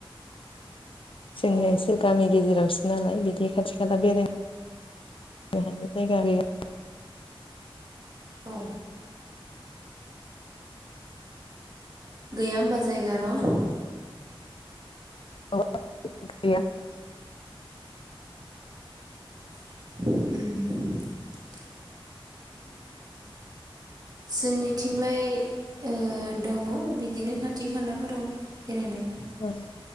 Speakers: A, on the left; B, on the right.
A: जोंनिया
B: अ
A: एसे गामि गेजेरावसो नालाय बिदि खाथि खाला बेरायनो हानाय जायगा गैया।
B: औ गैया होमबा जायगा न'?
A: औ <unintelligible> गैया।
B: उम जोंनिथिंलाय ओ दङ बिदिनो खाथि खालाफोराव बेरायनाय
A: औ